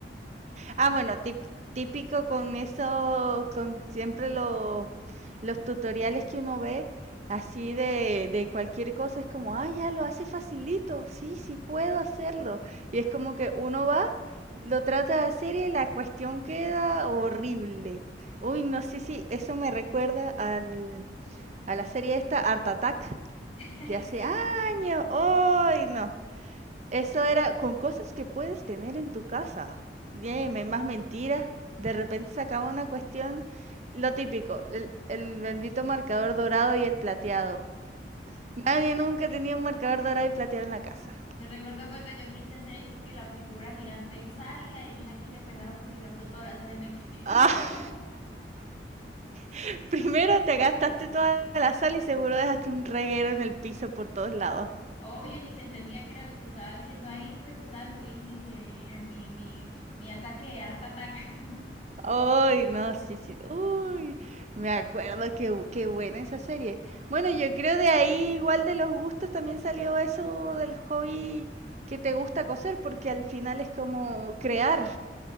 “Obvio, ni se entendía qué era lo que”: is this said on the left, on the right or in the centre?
Left